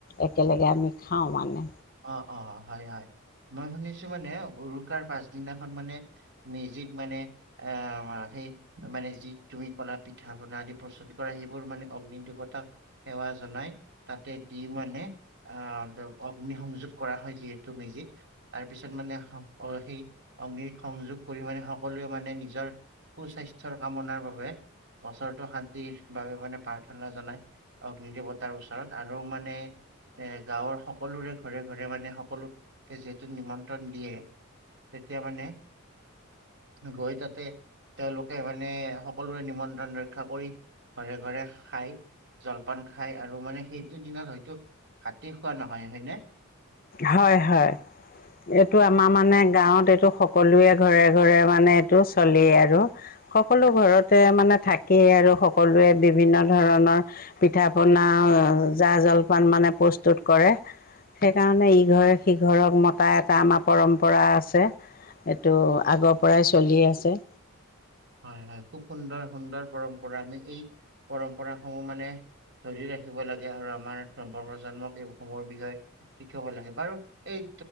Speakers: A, on the left; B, on the right.
A: একেলগে আমি খাওঁ মানে।
B: অ অ হয় হয় মই শুনিছো মানে উৰুকাৰ পাছদিনাখন মানে। মেজিক মানে, এ সেই মানে যি তুমি কলা পিঠা পনা আদি প্ৰস্তুত কৰা সেইবোৰ মানে অগ্নি দেৱতাক, সেৱা জনাই তাতে দি মানে আহ নি সংযোগ কৰা হয় যিহেতু মেজিক তাৰ পিছত মানে। অ সেই অগ্নিক সংযোগ কৰি মানে সকলোৱে মানে নিজৰ। সুস্বাস্থ্যৰ কামনাৰ বাবে বছৰটো শান্তিৰ বাবে মানে প্ৰাৰ্থনা জনাই। অগ্নি দেৱতাৰ ওচৰত আৰু মানে এ গাঁৱৰ সক সকলোৰে ঘৰে ঘৰে মানে সকলোকে যিহেতু নিমন্ত্ৰণ দিয়ে। তেতিয়া মানে গৈ তাতে। তেওঁলোকে মানে সকলোৰে নিমন্ত্ৰণ ৰক্ষা কৰি ঘৰে ঘৰে খাই। জলপান খাই আৰু মানে সেইটো দিনত হয়তো ভাতে খোৱা নহয় হয়নে।
A: হয় হয়। এইটো আমাৰ মানে গাঁৱত এইটো সকলোৱে ঘৰে ঘৰে মানে এইটো চলিয়ে আৰু সকলো ঘৰতে মানে থাকেই আৰু সকলোৱে বিভিন্ন ধৰণৰ, পিঠা পনা জা জলপান মানে প্ৰস্তুত কৰে। সেইকাৰণে ইঘৰে সিঘৰক মতা এটা আমাৰ পৰম্পৰা আছে। সেইটো আগৰ পৰাই চলি আছে।
B: হয় হয় খুব সুন্দৰ সুন্দৰ পৰম্পৰা আমি এই পৰম্পৰা সমূহ মানে। ধৰি ৰাখিব লাগে আৰু আমাৰ নৱপজন্মক এইসমূহৰ বিষয়ে। শিকাব লাগে বাৰু এই